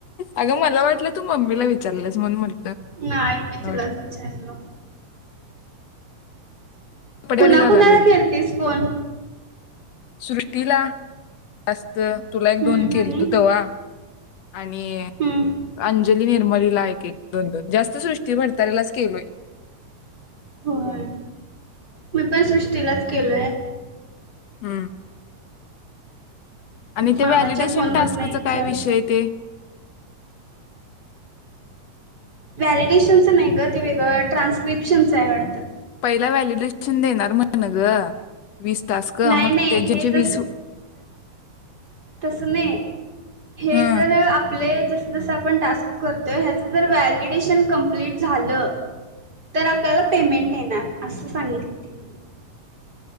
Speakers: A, on the left; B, on the right.
A: अगं मला वाटलं तू मम्मीला विचारलंस म्हण म्हटलं मला
B: नाही मी तुलाच
A: वाट
B: विचारलं
A: कपडे
B: कुणा
A: घालालोय.
B: कुणाला खेळतेस फोन
A: सृष्टीला अस तुला
B: हम्म,
A: एक दोन केल
B: आणि
A: तू तव्हा आणि
B: हम्म,
A: अंजली- निर्मलीला एक दोन दोन जास्त सृष्टी भरतऱारीलाच केलोय
B: होय मी पण सृष्टीलाच केलोय
A: हम्म आणि ते
B: मामाच्या
A: व्हॅलिडेशन
B: फोनवर
A: टास्कचा
B: नाही विचार
A: काय विषय ते
B: व्हॅलिडेशनच नाही ग ते वेगळं, ट्रान्स्क्रिप्शनचं आहे वाटतं
A: वॅल्यशन दे <inaudible> ग वीस तास
B: नाही
A: मग
B: नाही
A: ते
B: हे जसे
A: वीस <unintelligible>
B: तस नाही, हे
A: हा
B: जर आपले ज <unintelligible> जस जसं आपण टास्क करतोय ह्याच जर ह्वॅलिडेशन कंप्लीट झालं, तर आपल्या पेमेंट येणार असं सांगितली तीनं